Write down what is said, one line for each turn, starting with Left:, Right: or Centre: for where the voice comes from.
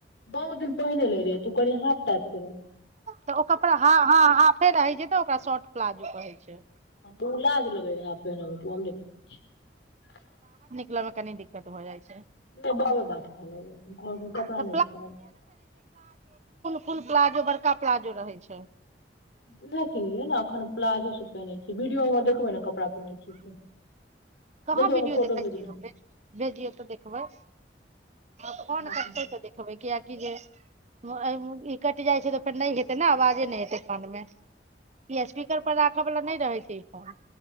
Left: बहुत दिन पहिने लेलियै तू कहलि होतइ <inaudible>
Right: तऽ ओ कपड़ा हा हा हाफे रहि जेतइ ओकरा शॉर्ट प्लाजो कहय छै
Left: उ लाज लगय रहय पहिनयमे आब नै पहिनय छियै
Right: लमे कनी दिक्कत भ' जाइ छै
Left: नहि बाबे बात कहलग लखिन कहलखिन कपड़ा
Right: तऽ
Left: नहि छै
Right: फुल प्लाजो बड़का प्लाजो रहय छै
Left: उएह किनलियै ने अखन प्लाजो सब पहिने छै वीडियो आओरमे देखबै ने कप ड़ा पेनहय छीयै से
Right: कहाँ
Left: देखियौ
Right: वीडियो
Left: ओकर फोटो
Right: देखै
Left: भेजलौं
Right: छियै हम भेजियौ तऽ देखबय
Left: इहै
Right: फोन करतै
Left: छै
Right: तऽ देखबय कियाकी जे ई कटि जाइ छै तऽ फेर नहि हेतै ने आवाजे नहि हेतै कान मे ई स्पीकर पर राखय बला नहि रहय छै ई फोन